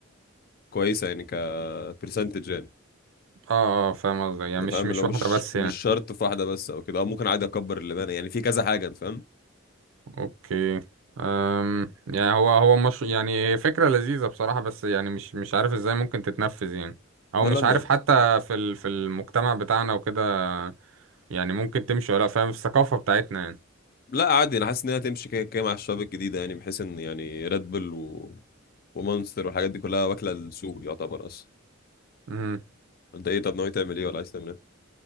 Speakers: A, on the left (about 45°); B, on the right (about 75°).
A: كويسه يعني كبرسنتج يعني
B: اه اه فاهم قصدي يعني
A: انت
B: مش
A: فاهم
B: مش
A: اللي هو
B: واحدة
A: مش
B: بس
A: مش
B: يعني
A: شرط في واحده بس او كده او ممكن عادي اكبر اللبانه يعني في كذا حاجه انت فاهم
B: اوكي أم يعني هو هو مش يعني هي فكرة لذيذة بصراحة بس يعني مش مش عارف ازاي ممكن تتنفذ يعني او
A: ولا
B: مش
A: انا
B: عارف حتى في ال... في المجتمع بتاعنا وكده يعني ممكن تمشي ولا لأ، فاهم في الثقافة بتاعتنا يعني
A: لا عادي انا حاسس ان هي هتمشي كده كده مع الشباب الجديده يعني بحيث ان يعني ريد بل و... ومونستر والحاجات دي كلها واكله السوق يعتبر اصلا
B: امم
A: انت ايه طب ناوي تعمل ايه ولا عايز تعمل ايه؟